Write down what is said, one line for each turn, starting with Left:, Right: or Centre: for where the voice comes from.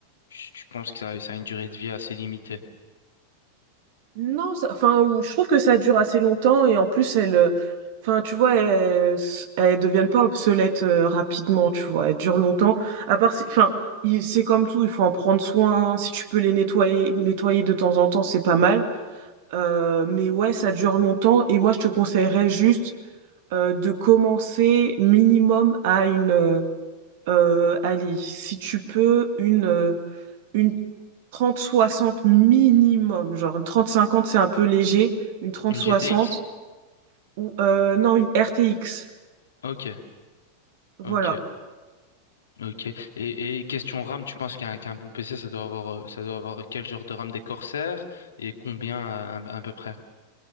Left: tu, tu penses que ça, ça a une durée de vie assez limitée?
Right: Non, ça- enfin, ou- je trouve que ça dure assez longtemps et en plus, elles, euh, enfin, tu vois, elles, elles deviennent pas obsolètes euh, rapidement, tu vois, elles durent longtemps. À part, si- enfin, il- c'est comme tout, il faut en prendre soin. Si tu peux les nettoyer, nettoyer de temps en temps, c'est pas mal. Euh, mais ouais, ça dure longtemps et moi, je te conseillerais juste euh, de commencer minimum à une euh, euh, allez, si tu peux, une, euh, une trente soixante minimum. Genre, une trente cinquante c'est un peu léger. Une trente
Left: Une
Right: soixante
Left: GTX?
Right: ou euh, non, une RTX.
Left: Ok,
Right: Voilà.
Left: ok. Ok. Et, et question RAM, tu penses qu'un qu'un bon PC, ça doit avoir, euh, ça doit avoir quel genre de RAM des Corsair et combien euh, à, à peu près?